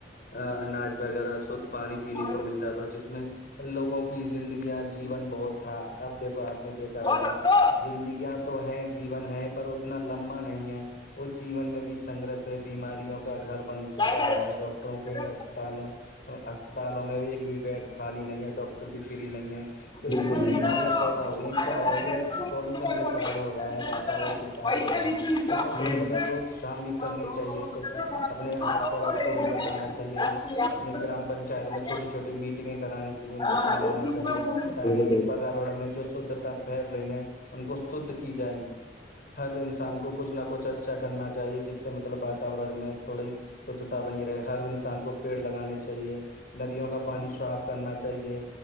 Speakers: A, on the left; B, on the left.
A: اناج وغیرہ شھ پانی پینے
B: ہو
A: کو ملتا تھا جس میں لوگوں کی زندگیاں جیون بہت تھا اب دیکھو آپ نے دیکھا ہوگا
B: سکتا
A: زندگیاں تو ہیں جیون ہے پر اتنا لمبا نہیں ہے اس جیون میں بھی سنگرش ہے بیماریوں کا گھر بن چکا
B: بالکل
A: ہے ڈاکٹروں کے اسپتالوں اسپتالوں میں ایک بھی بیڈ خالی نہیں ہے ڈاکٹر بھی فری نہیں ہے
B: بالکل
A: تو اتنی بیماریاں پیدا ہو گئی ہیں کیا ہو رہی ہے پولوشن کے کارن ہو رہا ہے واتاورن کے ار ہو رہا ہے اس میں تھوڑی ہمیں روک تھام بھی کرنی چاہیے کچھ اپنے آس پڑوس کو بھی بتانا چاہے چاہیے اپنی گرام پنچات میں چھوٹی چھوٹی میٹنگیں کرانی چاہیے ان
B: ہاں
A: کو سمجھانا
B: بالکل
A: چاہیے
B: بالکل
A: تاکہ یہ پریاورن میں جو شھتا پھیل رہی ہے ان کو شھ کی جائے ہر انسان کو کھ نہ کچھ اچھا کرنا چاہیے جس سے مطلب واورن میں تھوڑی شدھتا بنی رہے ہر انسان کو پیڑ لگانے چاہیے ندیوں کا پانی صاف کرنا چاہیے